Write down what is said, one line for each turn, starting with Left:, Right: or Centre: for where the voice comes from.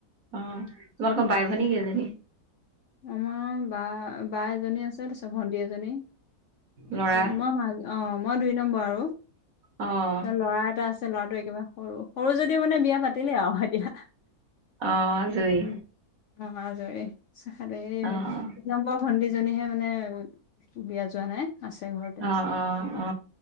Right: অ', তোমালোকৰ বাই-ভনী কেইজনী?
Left: আমাৰ বা-বা এজনী আছে। তাৰপিছত ভণ্টি এজনী,
Right: ল'ৰা
Left: তাৰপিছত মই মা অ', মই দুই নম্বৰ আৰু।
Right: অ',
Left: তাৰপিছত ল'ৰা এটা আছে, ল'ৰাটো একেবাৰে সৰু, সৰু যদিও মানে বিয়া পাতিলে আৰু এতিয়া।
Right: অ', আজৰি।
Left: অ', আজৰি খালী
Right: অ',
Left: তিনি নম্বৰ ভণ্টিজনীহে মানে বিয়া যোৱা নাই। আছে ঘৰতে,
Right: অ', অ',